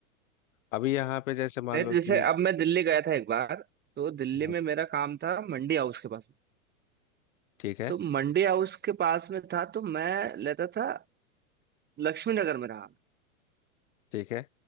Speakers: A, on the left; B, on the right.
A: अभी यहाँ पे जैसे मान
B: नहीं
A: लो
B: तो जैसे
A: कि
B: अब मैं दिल्ली गया था एक बार तो दिल्ली
A: हम्म,
B: में मेरा काम था मंडी हाउस के पास में।
A: ठीक है
B: तो मंडी हाउस के पास में था तो मैं लेता था लक्ष्मी नगर में रहा
A: ठीक है